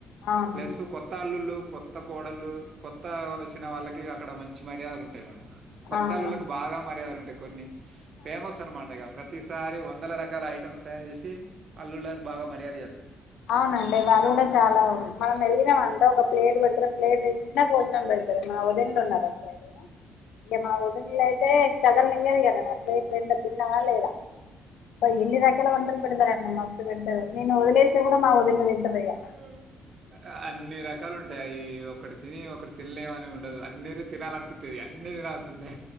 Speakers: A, on the left (about 80°); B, on the right (about 50°).
A: అవును
B: ప్లస్ కొత్త అల్లుళ్ళు కొత్త కోడళ్ళలు కొత్త వచ్చిన వాళ్ళకి అక్కడ మంచి మర్యాదలు ఉంటాయి మేడం కొత్తలుళ్ళలకు
A: అవును
B: బాగా మర్యాదలు ఉంటాయి కొన్ని ఫేమస్ అనమాట ఇంకా ప్రతిసారి వందల రకాల ఐటమ్స్ తయారు చేస్ అల్లుళ్ళకి బాగా మర్యాద చేస్తా
A: అవునండి వాళ్ళు కూడా చాలా అంది మన మెల్లిగావంట ఒక ప్లేట్ ప్లేట్ నిండా కోసం వాడి మా వదినలు ఉన్నారు అటు సైడు ఇంక మా వదినలు అయితే కదలనియరు ఇంక నన్ను బైట రెండు తిన్నావా లేదా బయ ఇన్ని రకాల వంటలు పెడతారండి మస్తు పెడతారు నేను వదలే కూడా మా వదినలు తింటేర్ ఆయా
B: ఆ! అన్ని రకాలు ఉంటాయి ఒక్కటి తిని ఒకటి తినలేమని ఉండదు అన్నరు తినాలనిపిస్తుంది అన్ని తినాల్సి ఉండా